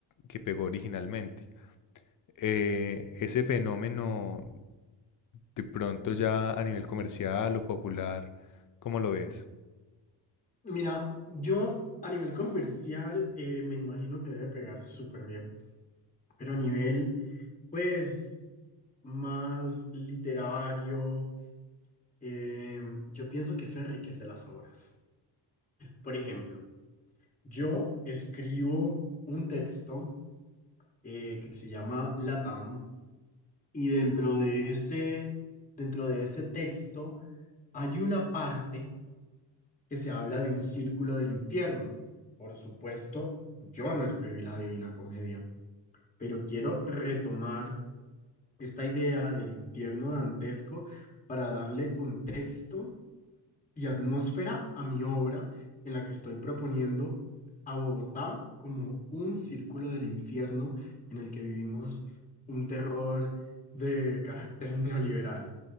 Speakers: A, on the left (about 45°); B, on the left (about 15°).
A: que pegó originalmente. Eh, ese fenómeno de pronto ya a nivel comercial o popular, ¿cómo lo ves?
B: Mira, yo a nivel comercial eh, me imagino que debe pegar súper bien, pero a nivel, pues, más literario, eh, yo pienso que eso enriquece las obras. Por ejemplo, yo escribo un texto eh, que se llama LATAM Y dentro de ese, dentro de ese texto hay una parte que se habla de un círculo del infierno. Por supuesto, yo no escribí la Divina Comedia, pero quiero retomar esta idea del infierno dantesco para darle contexto y atmósfera a mi obra en la que estoy proponiendo a Bogotá como un círculo del infierno en el que vivimos un terror de carácter <laughs> neoliberal.